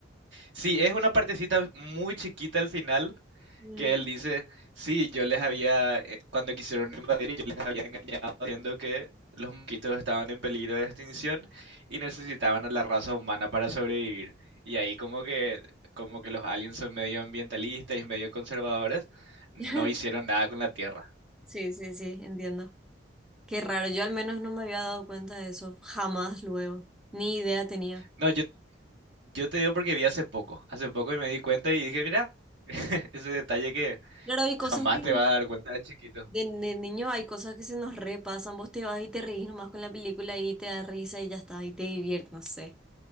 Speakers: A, on the right; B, in the centre.
A: Sí, es una partecita muy chiquita al final,
B: Mm.
A: que él dice, sí, yo les había, eh, cuando quisieron invadir, yo les había engañado diciendo que los mosquitos estaban en peligro de extinción y necesitaban a la raza humana para sobrevivir. Y ahí como que, como que los aliens son medio ambientalistas y medio conservadores, no
B: <laughs>
A: hicieron nada con la Tierra.
B: Sí, sí, sí, entiendo. Qué raro, yo al menos no me había dado cuenta de eso, jamás luego, ni idea tenía.
A: No, yo, yo te digo porque vi hace poco, hace poco y me di cuenta y dije, mira, <laughs> ese detalle que
B: Claro, hay cosas
A: jamás
B: que,
A: te vas a dar cuenta de chiquito.
B: De, de niño hay cosas que se nos repasan, vos te vas y te reís nomás con la película y te da risa y ya está, y te diviertes, no sé.